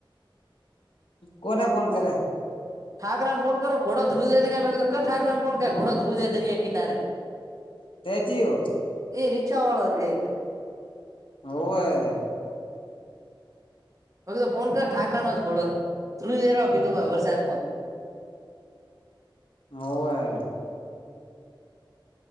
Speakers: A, on the left; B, on the right.
A: કોને ફોન કરે?
B: ઠાકરાને ફો કરો ઘો ધ્રવ દ ને ઠાકરાને ફોન ઘો ધ્રુ દે દરિયા કનારે.
A: સચીયો.
B: એ રી ચાવળગ <unintelligible>
A: ઓવે.
B: હ તો ફોન કર ઠાકરા નો જ ખોડો, ધ્રુજેર કીધું હો વરસાદમાં.
A: ઓ હ.